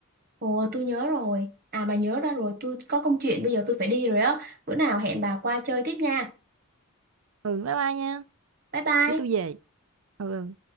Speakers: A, on the right (about 40°); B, on the right (about 65°).
A: Ồ tôi nhớ rồi. À bà nhớ ra rồi, tôi có công chuyện bây giờ tôi phải đi rồi á. Bữa nào hẹn bà qua chơi tiếp nha.
B: Ừ, bye bye nha,
A: Bye bye.
B: để tôi về. Ừ, ừ.